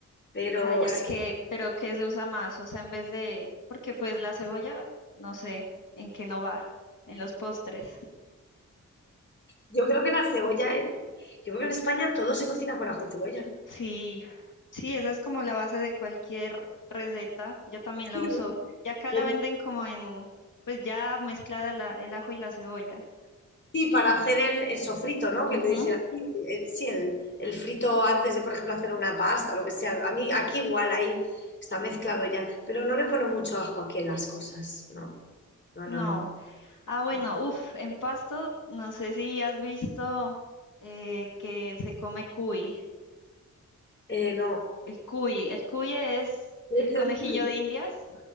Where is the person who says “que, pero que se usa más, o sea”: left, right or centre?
Left